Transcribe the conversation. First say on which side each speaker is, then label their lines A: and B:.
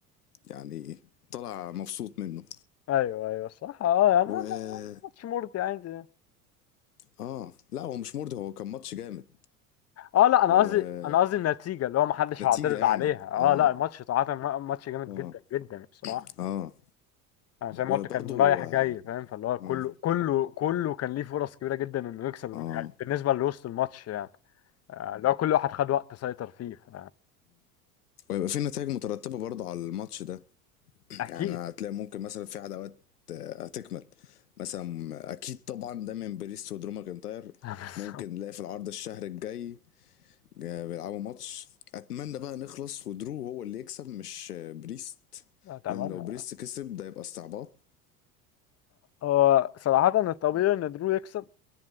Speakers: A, on the left; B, on the left.
A: يعني طلع مبسوط منه
B: ايوه ايوه الصراحه اه يعني
A: و
B: أنا- ماتش مرضي يعني
A: اه لا هو مش مرضي هو كان ماتش جامد
B: اه لا انا
A: والنتيجة
B: قصدي انا قصدي النتيجه اللي هو ما حدش مم. هيعترض
A: يعني
B: عليها
A: اه
B: اه لا الماتش صراحه م- ماتش جامد
A: اه
B: جدا جدا بصراحه
A: اه
B: انا زي
A: وبرضو
B: ما قلت كان رايح
A: اه
B: جاي فاهم فاللي هو كله
A: اه
B: كله كله كان ليه فرص كبيره جدا انه يكسب الم-
A: آه.
B: يعني بالنسبه لوسط الماتش يعني آه، اللي هو كل واحد خد وقت سيطر فيه ف...
A: ويبقى في نتائج مترتبة برضو على الماتش ده
B: اكيد
A: يعني هتلاقي ممكن مثلا في عداوات آه، هتكمل مثلا اكيد طبعا دايما بريست ودرو ماكنتاير
B: <laughs> بس
A: ممكن نلاقي في العرض الشهر الجاي آه، بيلعبوا ماتش اتمنى بقى نخلص ودرو هو اللي يكسب مش آه، بريست
B: اتمنى
A: لان لو بريست كسب ده يبقى استعباط
B: هو صراحه الطبيعي ان درو يكسب